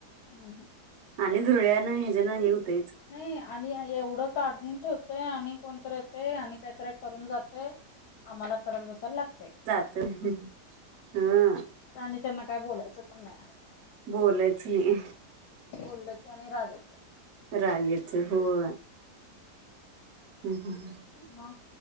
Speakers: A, on the left (about 75°); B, on the right (about 70°).
A: हम्म
B: आणि धुरळ्यान ह्याज्यान हे‌ होतय
A: नई आणि हां एवढं काडून ठेवतोय आणि कोणतर येतय आणि कायतरेक करून जातय आम्हाला करत बसायला लाग
B: जातं हं हां.
A: आणि त्यांना काय बोलायचं पण नाही
B: बोलायच नाही
A: बोललं की आणि राग येतोय.
B: ् रागेच होय हम्म हम्म
A: मग